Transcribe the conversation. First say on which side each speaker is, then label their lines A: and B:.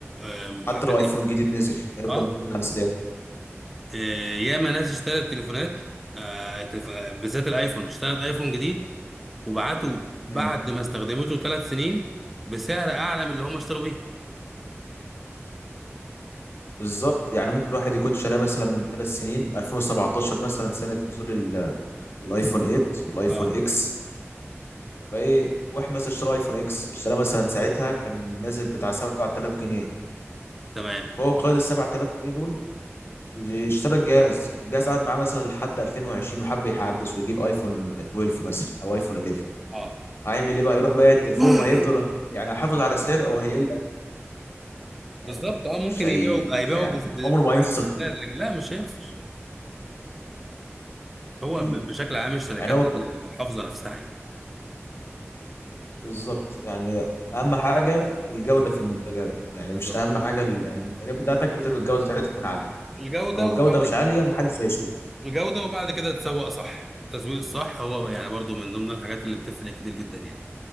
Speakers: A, in the centre; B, on the left.
A: آم،
B: حتى
A: عادي
B: لو ايفون الجديد نزل هيفضل
A: اه
B: محافظ على سعره
A: آه، ياما ناس اشترت تليفونات آه، تليف- آه، بالذات الايفون اشترت ايفون جديد وبعته بعد
B: امم
A: ما استخدمته ثلاث سنين بسعر اعلى من اللي هم اشتروا بيه
B: بالظبط يعني ممكن واحد يكون شاريه مثلا من ثلاث سنين 2017 مثلا سنه نزول ال- الايفون 8 والايفون
A: اه
B: اكس فايه واحد مثلا اشترى ايفون اكس اشتراه مثلا ساعتها كان نازل بتاع 7000 جنيه
A: تمام
B: فهو خد ال 7000 جنيه دول اشترى الجهاز والجهاز قعد معاه مثلا لحد 2020 وحب يحدث ويجيب ايفون 12 مثلا او ايفون 11
A: اه
B: هيعمل ايه بقى يروح بايع التليفون
A: <coughs>
B: وهيفضل يعني
A: <clears throat>
B: هيحافظ على السعر او هيقل
A: بالظبط
B: يعني
A: اه ممكن
B: مش هي
A: يبيعوا هيبيعوا
B: مش هي يعني
A: بس- ب-
B: عمره
A: ب-
B: ما هيخسر
A: بسعر اللي- لا مش هيخسر هو
B: اكيد
A: ب- بشكل عام الشركات
B: يعني هو ك-
A: الحافظه نفسها يعني
B: بالظبط يعني اهم حاجه الجوده في المنتجات يعني
A: بالظبط
B: مش اهم حاجه ال- يعني المنتجات بتاعتك لازم الجوده بتاعتها تكون عاليه
A: الجوده
B: لو الجوده
A: وبعد
B: مش
A: كده
B: عاليه محدش هيشتري
A: الجوده وبعد كده تسوق صح التسويق الصح هو يعني برضو من ضمن الحاجات اللي بتفرق كتير جدا يعني